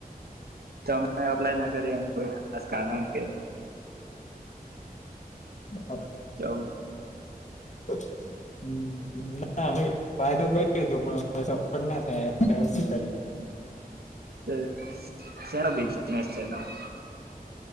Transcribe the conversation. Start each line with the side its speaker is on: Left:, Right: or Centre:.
Right: તમે એપ્લાય ના કરી એનું કોઈ ખાસ કારણ કે.
Left: હ આપ
Right: જોબ
Left: <inaudible> ના અમે ટ્રાય તો કરી હતું પણ સફળ ના થાય એટલે હવે શું કરીએ? <inaudible> <unintelligible>
Right: <unintelligible> શેનો બિઝનેસ છે તમા